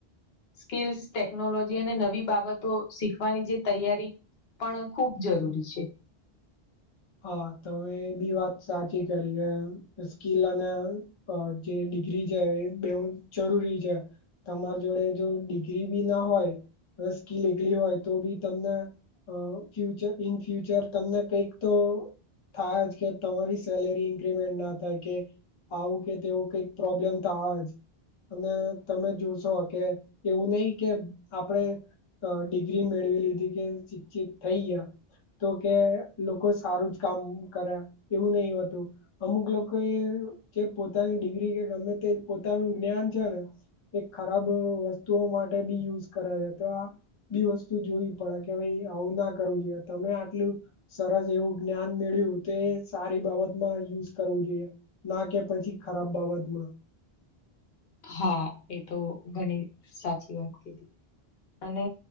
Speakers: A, on the left; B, on the left.
A: સ્કીલ્સ ટેકનોલોજી અને નવી બાબતો શીખવાની જે તૈયારી પણ ખૂબ જરૂરી છે.
B: હા તમે બી વાત સાચી કરી એ સ્કીલ અને અ જે ડિગ્રી છે એ બેવું જરૂરી છે. તમાર જોડે જો ડિગ્રી બી ના હોય સ્કીિલ એકલી હોય તો બી તમને ફ્યર ઇન ફ્યુચર તમને કઈક તો થાય જ કે તમારી સેલેરી ઇન્ક્રીમેન્ટ ના થાય કે આવું કે તેવું કંઈક પ્રોબ્લેમ તો આ જ અને તમે જોશો કે એવું નહી કે આપણેે ડિગ્રી મેળવી લીધી કે શિક્ષિત થઈ ગયા તો કે લોકો સારું જ કામ કર્યા એવું નહિ હતું. અમુક લોકો એ જે પોતાની ડિગ્રી કે ગમે તે પોતાનું જ્ઞાન છે ને એક ખરાબ વસ્તુઓ માટે બી યુઝ કરે છે તો આ બી વસ્તુ જોઈ પડે કે ભાઈ આવું ના કરવું જોઈએ તમે આટલું સરસ એવું જ્ઞાન મેળ્યું તે સારી બાબતમાં યુઝ કરવું જોઈએ ના કે પછી ખરાબ બાબતમાં
A: હા એ તો ઘણી સાચી વાત કેધ અને